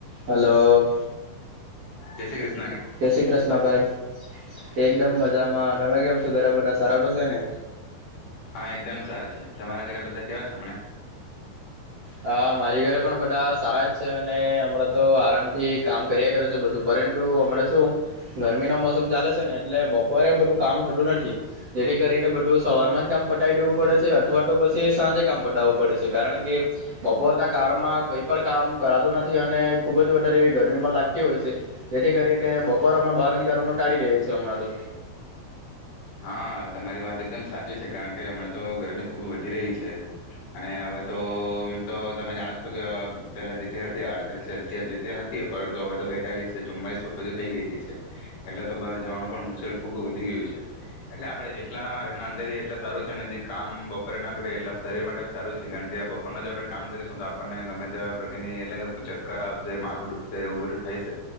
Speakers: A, on the right (about 55°); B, on the left (about 60°).
A: Hello.
B: જૈસે ક્રશ
A: જે શ્રી કૃષ્ન ભાઈ. એકદમ મજામાં. તમે કેમ છો, ઘરા બધા સારા ટો છે ને?
B: હા એકદમ સારા છે. તમારા ઘરે બધા કેવા છે, હમણે?
A: હા, મારી ઘરે પણ બધા સારા જ છે. અને હમણાં તો આરામથી કામ કર્યા કરે છે. બધું પરંતુ હમણાં શું ગરમીનો મોસમ ચાલે છે. ને એટલે બપોરે બધું કામ થતું નથી જેથી કરીને બધું સવારમાં જ કામ પટાઈ દેવું પડે છે અથવા તો પછી સાંજે કામ પટાવવું પડે છે. કારણ કે બપોરના કાળમાં કોઈ પણ કામ કરાતું નથી અને ખુબ જ વધારે એવી ગરમી પણ લાગતી હોય છે. જેથી કરીને બપોર અમે બહાર નીકળવાનું ટાળી દેએ છીએ હમણાં તો.
B: હા તમારી વાત એકદમ સાચી છે. કારણ કે હમણાં તો ગરમી ખૂબ વધી રહી છે. અને હવે તો તો તમે જાણો છો કે પેલા જેટલી હતી અડત્રીસ સેલ્સિયસ જેટલી હતી પરંતુ હવે તો બેતાલીસ ચુમ્માલીસધી થઈ ગઈ છે. એટલે તો બહાર જવાનું પણ મુશ્કેલ ખૂબ વધી ગયું છે. એટલે આપડણે જેટલા ઘરના અંદરએ એટલા સારું છે. અને જે કામ બપોરે ના કરીએ એટલા શરીર માટે સારું છે. કારણ કે બપોરના જો આપણે કામ કરીશું તો આપણને ગમે તેવા પ્રકારની એટલે ચક્કર આવશે માથું દુખશે એવું બધું થાય છે.